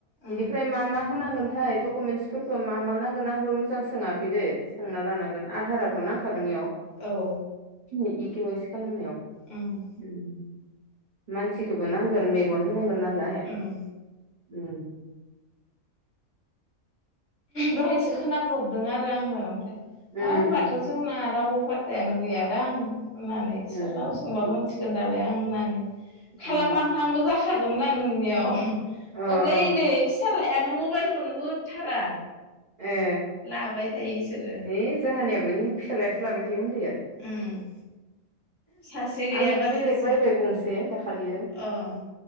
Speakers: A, on the left (about 50°); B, on the right (about 75°).
A: ओ
B: बेनिफ्राय मा मा होनांगोनथाय दक'मेन्सफोरखौ मा मा नांगोन आंबो मोजां सोङाखै दे सोंना लानांगोन आधारा थ' नांखागोन इयाव।
A: औ
B: खिनि इ के अवाइ सि खालामनायाव
A: उम
B: उम मानसि सिखौबो नांगोन मेगन होनांगोन नालाय उम।
A: उम दहायसो खोनाब्रबदों आरो आङो ओमफ्राय
B: उम
A: हाब होनबाथ' जोंना रावबो फाथ्थायानो गैयादां होननानै
B: उम
A: सोरनाव सोंबा
B: उम
A: मिथि गोन दालाय आं होननानै खालामहां
B: उम
A: हांबो जाखादोंमोन आं नोंनियाव। ओमफ्राय
B: अ अ
A: नै फिसालायानो मबाइलखौनो होथारा।
B: ए
A: लाबाय थायो इसोरो
B: है जाहानियाबो नै फिसालायासो लाबाय थायो उन्दैया।
A: उम सासे गैयाबा
B: आं बेलेग
A: सासे
B: बायबाय गंसे दाखालियो।
A: अ